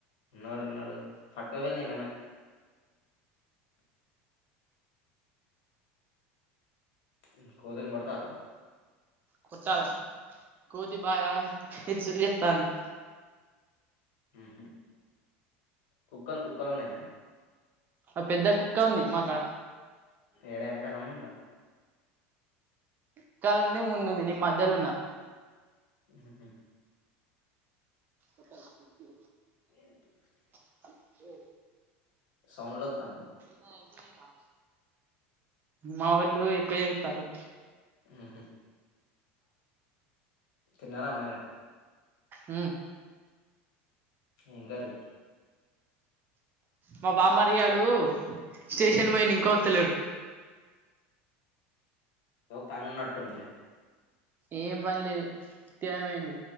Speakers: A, on the left; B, on the right.
A: ఉనడు ఉనడు పట్క ఓయిల్లు నిన్ననే ఉ కోతిని కొడతలా
B: కొట్టాలే కోతి బాగా ఎచ్చులు ఏతాంది
A: ఉహు కుక్కలు కుక్కలునయా
B: ఆ పెద్ద కుక్క ఉంది మాకాడ
A: ఏడ వెనకన ముందా
B: క్కాల ఉంది ముందుంది నీ మధ్యల ఉన్న
A: ఊహు
B: ఒకల్ ఫుడ్డు
A: ఏంది చెప్
B: <unintelligible> ఏ
A: సౌండ్లు వత్తాన్నాయి
B: నాయి ఐపోయినయిరా మా వోళ్ళు ఎక్కో ఏతలు
A: ఉహు తిన్నార మరి
B: ఊ
A: ఏం కర్రీ
B: మా బామ్మరి గాడు స్టేషన్
A: ఉమ్
B: పోయిండు ఇంక వతలేడు
A: ఓ పని ఉన్నట్టుందిలే
B: ఏం పని లేదు ఉత్తి నే ఒయిండు